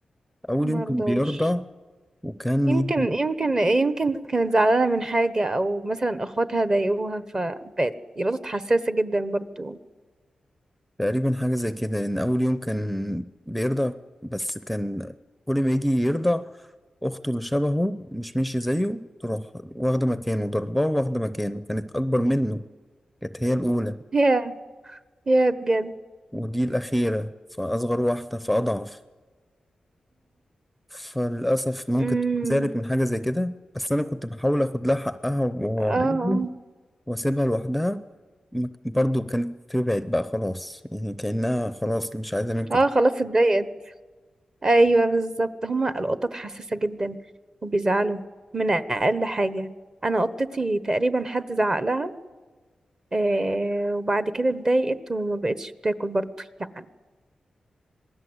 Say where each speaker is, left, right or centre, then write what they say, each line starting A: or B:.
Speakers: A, in the centre; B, on the right.
A: اول يوم
B: مرضاش
A: كان بيرضع وكان
B: يمكن
A: يجي
B: يمكن يمكن كانت زعلانة من حاجة أو مثلا أخواتها ضايقوها فبقت يلقطت حساسة جدا برضو
A: تقريبا حاجة زي كده لأن أول يوم كان بيرضع بس كان كل ما يجي يرضع أخته اللي شبهه مش ماشي زيه تروح واخدة مكانه ضرباه واخدة مكانه كانت أكبر منه كانت هي الأولى
B: هي هي بجد
A: ودي الأخيرة فأصغر واحدة فأضعف فللأسف ممكن
B: امم
A: تكون زعلت من حاجة زي كده بس أنا كنت بحاول أخد لها حقها وهو
B: اه
A: عايزه وأسيبها لوحدها برضه كانت تبعد بقى خلاص يعني كأنها خلاص مش عايزة منكم
B: اه
A: حاجة.
B: آه، خلاص اتضايقت ايوه بالظبط هما القطط حساسة جدا وبيزعلوا من أقل حاجة أنا قطتي تقريبا حد زعق لها آه وبعد كده اتضايقت وما بقتش بتاكل برضو يعني